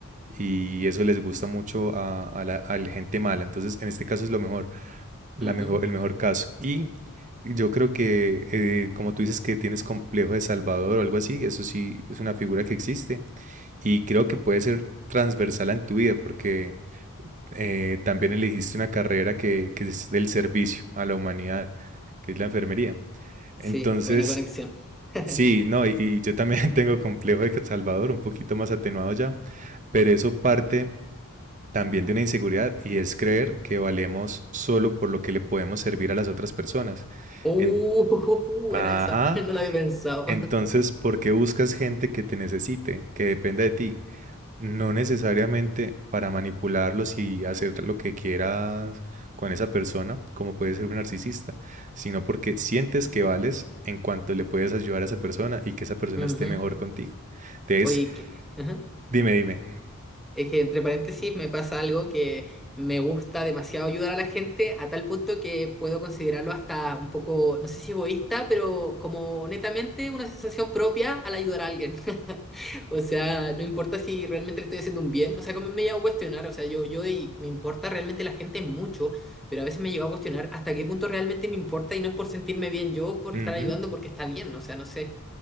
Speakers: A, on the right; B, in the centre.
A: y eso les gusta mucho a, a la, a la gente mala. Entonces, en este caso es lo mejor, la
B: Ujú.
A: mejor, el mejor caso. Y yo creo que, eh, como tú dices, que tienes complejo de Salvador o algo así, eso sí es una figura que existe, y creo que puede ser transversal en tu vida, porque eh, también elegiste una carrera que, que es del servicio a la humanidad, que es la enfermería.
B: Sí,
A: Entonces,
B: buena conexión. <laughs>
A: Sí, no, y, y yo también <laughs> tengo complejo de que- Salvador, un poquito más atenuado ya, pero eso parte también de una inseguridad y es creer que valemos solo por lo que le podemos servir a las otras personas.
B: Uh,
A: En-
B: uh, uh, buena
A: ajá,
B: esa, <laughs> no la había pensado.
A: entonces, ¿por qué buscas gente que te necesite, que dependa de ti? No necesariamente para manipularlos y hacer lo que quieras con esa persona, como puede ser un narcisista, sino porque sientes que vales en cuanto le puedes ayudar a esa persona y que esa persona
B: Ujú.
A: esté mejor contigo. Entonces,
B: Oye, que, ajá.
A: dime, dime.
B: Es que entre paréntesis me pasa algo que me gusta demasiado ayudar a la gente a tal punto que puedo considerarlo hasta un poco, no sé si egoísta, pero como netamente una sensación propia al ayudar a alguien. O sea, no importa si realmente le estoy haciendo un bien. O sea, como me he llegado a cuestionar, o sea, yo, yo y me importa realmente la gente mucho, pero a veces me he llegado a cuestionar hasta qué punto realmente me importa y no es por sentirme bien yo, por
A: Ujú.
B: estar ayudando, porque está bien, o sea, no sé.